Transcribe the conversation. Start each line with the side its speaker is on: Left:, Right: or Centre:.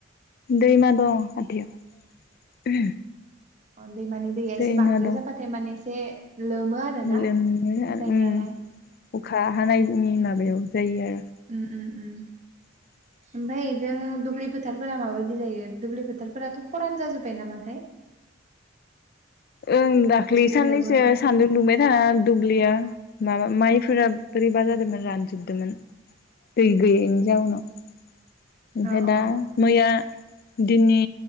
Left: दैमा दं खाथियाव।
Right: अ दैमानि दैया
Left: दैमा
Right: एसे बांद्राय
Left: दं
Right: जाबाथाय माने एसे लोमो आरोना
Left: लोमनो
Right: जायगायाहाय
Left: उम अखा हानायनि माबायाव जायो आरो
Right: उम उम उम
Left: <inaudible>
Right: ओमफ्राय जों दुब्लि फोथारफोरा माबायदि जायो दुब्लि फोथारफोराथ' खरान जाजोब्बाय नामाथाय
Left: ओं दाखलि
Right: जुदि
Left: सान्नैसो
Right: लोमोबा
Left: सान्दुं दुंबाय थाना दुब्लिया माबा माइफोरा बोरैबा जादोंमोन रानजोबदोंमोन दै गैयैनि जाउनाव ओमफ्राय
Right: अ अ
Left: दा मैया दिनै